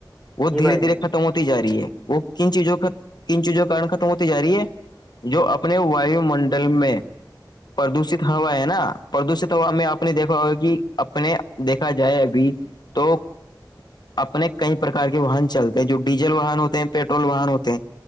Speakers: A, on the left; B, in the centre.
A: وہ
B: جی
A: در
B: بھائی جان
A: دھیر ہوتی ج رہی ہے وہ کن چیزوں کن چیزوں کن ختم ہوتی جای ہے جو اپنے وایو منڈل میں پردوشت ہوا ہے نا پردوشت ہوا میں آپ نے دیکھا ہوا کہ اپنے دیکھا جائے ابھی تو اپنے کئی پرکار کے واہن چلتے ہیں جو ڈیزل واہن ہوتے ہیں پیٹرول واہن ہوتے ہیں